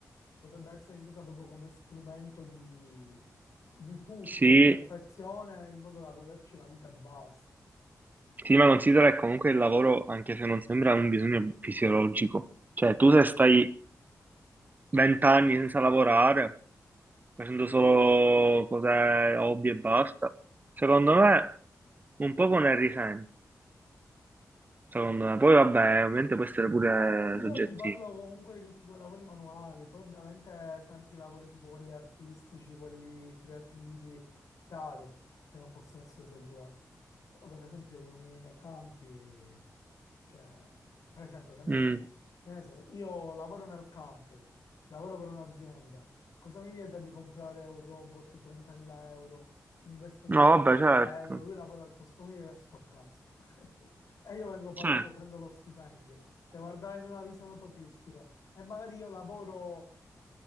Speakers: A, on the left; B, on the right.
A: Potrebbe essere intesa proprio come strumento di, di tutto,
B: Sì,
A: di perfezione, il modo da goderci la vita e basta.
B: sì, ma considera che comunque il lavoro, anche se non sembra, è un bisogno fisiologico. Cioè, tu se stai vent'anni senza lavorare, facendo solo cose hobby e basta, secondo me un poco ne risenti, secondo me. Poi vabbè, ovviamente può essere pure
A: Allora, io
B: soggettivo.
A: ti parlo comunque di tutti quei lavori manuali, poi ovviamente tanti lavori tipo quelli artistici, quelli creativi, chiaro, che non possono essere esagerati. Però per esempio io mi nei campi, cioè, per esempio, che ne
B: Mm.
A: so, che ne so, io lavoro nel campo, lavoro per un'azienda, cosa mi vieta di comprare un robot 30.000 euro, investo io
B: No,
A: i 30.000
B: vabbè, certo.
A: euro, lui lavora al posto mio e io sto a casa. <laughs> E io vengo pagato,
B: Certo.
A: prendo lo stipendio cioè guardare in una visione utopistica. E magari io lavoro